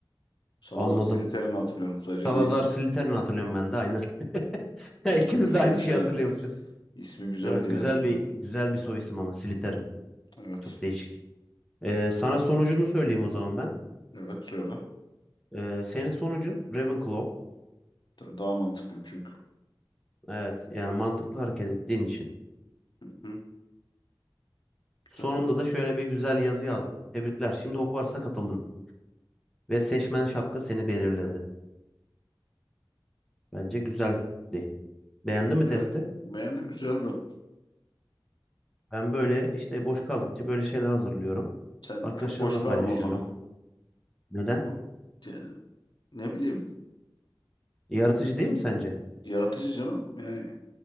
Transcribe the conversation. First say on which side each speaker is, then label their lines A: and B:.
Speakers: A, on the left; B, in the centre.
A: Salazar
B: anladım.
A: Slytherin'i hatırlıyorum sadece.
B: Salazar
A: Ne is-
B: Slytherin'i hatırlıyorum ben de aynen. <laughs>
A: ismi
B: İkimiz
A: güzelmiş
B: de aynı şeyi
A: herhalde.
B: hatırlıyormuşuz.
A: İsmi güzel
B: Evet
A: diye
B: güzel
A: herhalde.
B: bir güzel bir soy isim ama Slytherin.
A: Evet.
B: Çok değişik. Ee, sana sonucunu söyleyeyim o zaman ben.
A: Evet söyle.
B: Ee, senin sonucun Ravenclaw.
A: Tabii daha mantıklıyım çünkü.
B: Evet yani mantıklı hareket ettiğin için.
A: Hı.
B: Sonunda
A: Zaten
B: da şöyle bir güzel yazı yazdım. Tebrikler. Şimdi Hogwarts'a katıldın ve seçmen şapka seni belirledi. Bence güzeldi. Beğendin
A: güzel.
B: mi testi?
A: Beğendim güzeldi.
B: Ben böyle işte boş kaldıkça böyle şeyler hazırlıyorum.
A: Sen
B: Arkadaşlarımla
A: çok boş
B: paylaşıyorum.
A: kalma o zaman.
B: Neden?
A: Hı? Yani ne bileyim
B: Yaratıcı değil mi sence?
A: yaratıcı canım. Yani,